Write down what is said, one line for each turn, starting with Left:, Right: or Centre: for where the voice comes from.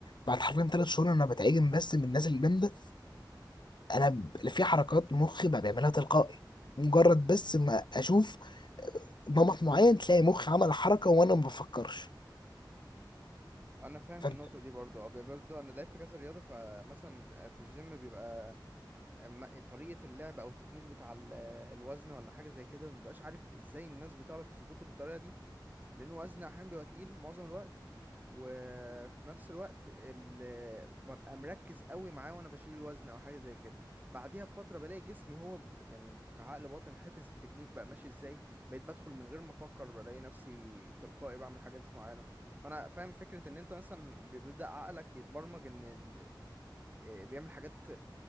Left: بعد حرفيا ثلاث شهور انا بتعجن بس من الناس الجامده انا ب- في حركات مخي بقى بيعملها تلقائي مجرد بس ما اشوف نمط معين تلاقي مخي عمل حركه وانا ما بفكرش
Right: أنا فاهم
Left: فاهم
Right: النقطة دي برضو أه، برضو أنا لعبت كذا رياضة فمثلا في الجيم بيبقى أما طريقة اللعب أو التكنيك بتاع ال- الوزن ولا حاجة زي كده مبقاش عارف إزاي الناس بتعرف تظبطه بالطريقة دي لأن وزن أحيانا بيبقى تقيل معظم الوقت وفي نفس الوقت ال... ببقى مركز قوي معاه وأنا بشيل الوزن أو حاجة زي كده بعديها بفترة بلاقي جسمي هو ب... يعني ك- كعقل باطن حافظ التكنيك بقى ماشي إزاي بقيت بدخل من غير ما أفكر بلاقي نفسي تلقائي بعمل حاجات معينة فأنا فاهم فكرة إن أنت مثلا بيبدأ عقلك يتبرمج إن ال... بيعمل حاجات